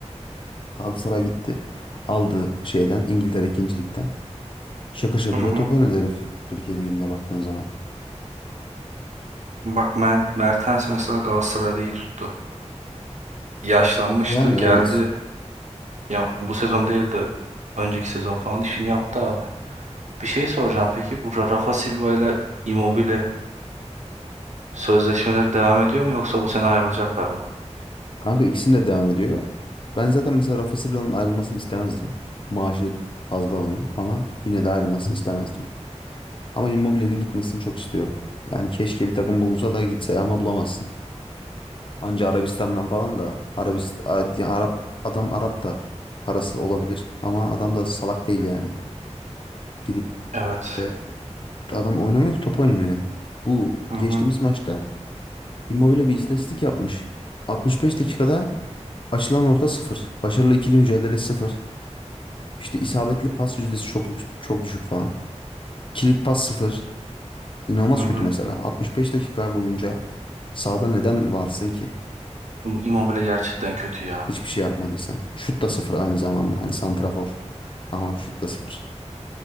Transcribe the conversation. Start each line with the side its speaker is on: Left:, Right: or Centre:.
Left: Galatasaray gitti. Aldı şeyden İngiltere ikincilikten. Şakır şakır
Right: Hı hı.
Left: da top oynadı herif. Türkiye Ligi'nde baktığın zaman.
Right: Bak Mer- Mertens mesela Galatasaray'da iyi tuttu. Yaşlanmıştı
Left: Yani
Right: geldi.
Left: evet.
Right: Ya bu sezon değil de önceki sezon falan işini yaptı abi. Bir şey soracağım peki bu Rafa Silva ile Immobile sözleşmeleri devam ediyor mu yoksa bu sene ayrılacaklar mı?
Left: Kanka ikisinde de devam ediyor. Ben zaten mesela Rafa Silva'nın ayrılmasını istemezdim. Maaşı fazla onun ama yine de ayrılmasını istemezdim. Ama Immobile'nin gitmesini çok istiyorum. Yani keşke bir takım bulunsa da gitse ama bulamazsın. Anca Arabistan'dan falan da Arabist A- ya Arap adam Arap da parası olabilir ama adam da salak değil yani. Gidip
Right: Evet.
Left: işte adam oynamıyor ki top oynamıyor. Bu
Right: Hı
Left: geçtiğimiz
Right: hı.
Left: maçta Immobile bir istatistik yapmış. 65 dakikada açılan orta sıfır. Başarılı ikili mücadele sıfır. İşte isabetli pas yüzdesi çok yük- çok düşük falan. Kilit pas sıfır. İnanılmaz
Right: Hı hı.
Left: kötü mesela. 65 dakika boyunca sahada neden varsın ki?
Right: İm- Immobile gerçekten kötü ya.
Left: Hiçbir şey yapmadıysan. Şut da sıfır aynı zamanda. Hani santrafor. Ama şut da sıfır.